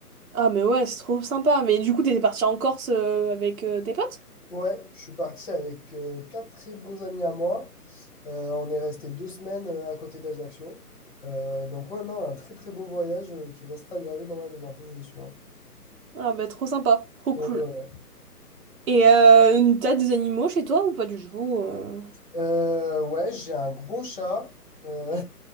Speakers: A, on the right (about 65°); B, on the left (about 30°).
A: Ah, mais ouais, c'est trop sympa. Mais du coup, t'es parti en Corse euh, avec euh, tes potes?
B: Ouais, je suis parti avec euh, quatre très bons amis à moi. Euh, on est resté deux semaines euh, à côté d'Ajaccio. Euh, donc ouais, non, un très très beau voyage euh, qui restera gravé dans ma mémoire, ça c'est sûr.
A: Ah, bah, trop sympa, trop
B: Ouais,
A: cool.
B: ouais, ouais.
A: Et euh, t'as des animaux chez toi ou pas du tout? euh
B: Euh, ouais, j'ai un gros chat. Euh,